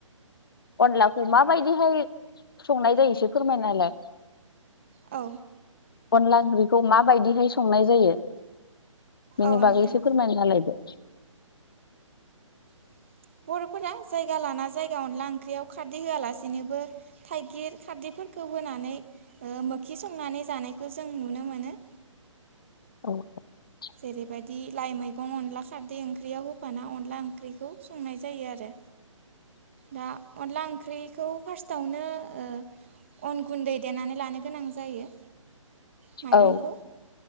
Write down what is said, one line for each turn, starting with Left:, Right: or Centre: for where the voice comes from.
Left: अनलाखौ माबायदिहाय संनाय जायो इसे फोरमायना होलाय
Right: औ
Left: अनला ओंख्रिखौ माबायदिहाय संनाय जायो बेनि
Right: औ
Left: बागै
Right: नोंथां
Left: एसे फोरमायनालायदो <inaudible>
Right: <inaudible> बरफोरा जायगा लाना जायगा अनला ओंख्रियाव खारदै होआलासेनोबो थाइगिर खारदै फोरखौ होनानै मोखि संनानै जानायखौ जों नुनो मोनो
Left: <inaudible>
Right: जेरैबायदि लाइ मैगं अनला खारदै ओंख्रियाव होफाना अनला ओंख्रिखौ संनाय जायो आरो दा अनला ओंख्रैखौ फार्स्टआवनो ओ अन गुन्दै देनानै लानो गोनां जायो। माइरंखौ
Left: औ